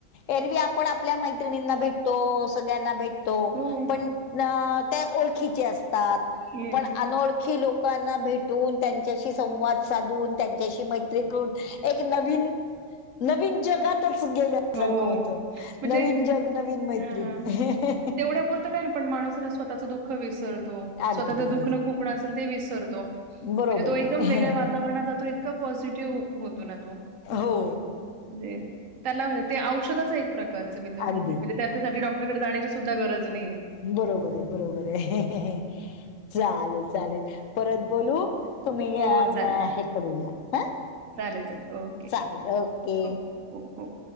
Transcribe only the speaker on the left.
एरवी आपण, आपल्या मैत्रिणींना भेटतो. सगळ्यांना भेटतो.
पण न ते ओळखीचे असतात.
पण अनोळखी लोकांना भेटून. त्यांच्याशी संवाद साधून. त्यांच्याशी मैत्री करून एक नवीन, नवीन जगात तच गेल्यासारखं
होत.
नवीन जग, नवीन मैत्रीण.
<unintelligible>
अगदी
अगदी
बरोबर
आहे
हो.
अगदी
बरोबरय, बरोबरय. <unintelligible> चालेल- चालेल. परत बोलू. तुम्ही या
न
हे करूया. हं.
चालेल, ओके.